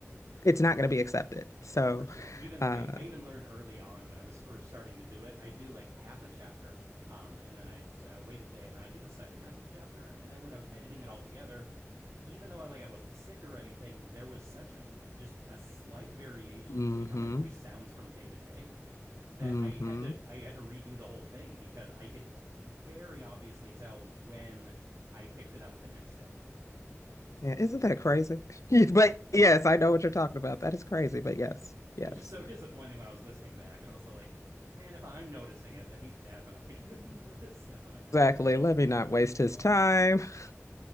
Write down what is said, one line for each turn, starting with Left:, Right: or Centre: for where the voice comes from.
Left: it's not going to be accepted. So,
Right: for sure. Even
Left: uh,
Right: I, I even learned early on when I was first starting to do it. I do like half a chapter, um, and then I'd uh, wait a day, and then I'd do the second half of the chapter. And then when I was editing it all together, even though I like I wasn't sick or anything, there was such v- just a slight variation
Left: mm-hmm,
Right: between how my voice sounds from day to day that
Left: mm-hmm.
Right: I had to I had to redo the whole thing because I could very obviously tell when I picked it up the next day.
Left: Yeah, isn't that crazy? <laughs> Yeah, But yes, I know what you're talking about. That is crazy, but yes, yes.
Right: it was just so disappointing when I was listening back, and I was like, man, if I'm noticing it, then he's definitely <laughs> gonna notice it. I'm gonna have
Left: Exactly.
Right: to
Left: Let me not
Right: do
Left: waste
Right: this
Left: his
Right: one.
Left: time.
Right: Yeah.
Left: <laughs>